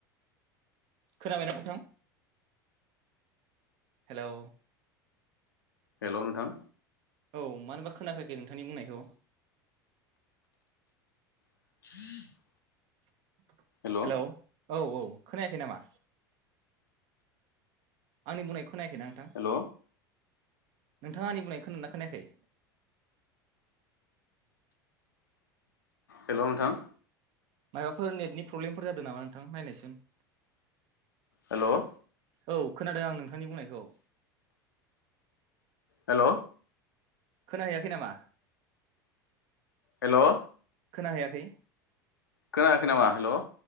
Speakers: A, on the right; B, on the left.
A: खोनाबायना नोंथां हेलौ
B: हेल' नोंथां
A: औ मानोबा खोनाफैयाखै नोंथांनि बुंनायखौ
B: <unintelligible>
A: <inaudible>
B: हेल'
A: हेलौ औ औ खोनायाखै नामा आंनि बुंनायखौ खोनायाखै ना नोंथां
B: हेल'
A: नोंथाङा आंनि बुंनाय खोनादों ना खोनायाखै
B: हेल' नोंथां
A: मायबाफोर नेटनि प्रब्लेमफोर जादों नामा नोंथां नायनायसुन
B: हेल'
A: औ खोनादों आं नोंथांनि बुंनायखौ <inaudible>
B: हेल'
A: खोनाहैयाखै नामा
B: हेल'
A: खोना हैयाखै
B: खोनायाखै नामा हेल' नों